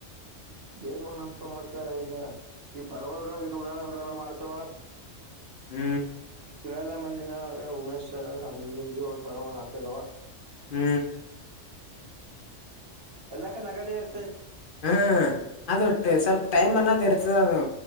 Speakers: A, on the right; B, on the left.
A: ಏನ್ ಮಣಪ್ಪ ಮತ್ತ ಈಗ ಈ ಪರ್ವಾಡ ಇ ಉಡಾಳ ಉಡಾಳ ಮಾಡ್ತವ
B: ಹ್ಮ
A: ತುಳಲ್ಲ ಮನೆೆ ಉಮೇಶ್ ಸಂಜುಗಿಂಜು ಅವರಪವ ನಾಲ್ಕು ಅದಾವ
B: ಹ್ಮ
A: ಎಲ್ಲಕ್ಕ ನಗದೇರ್
B: ಹ್ಮ ಅದೊಟ್ಟು ಸ್ವಲ್ಪ ಟೈಮ್ ಅನ್ನೋದ್ ಇರ್ತದ ಅದು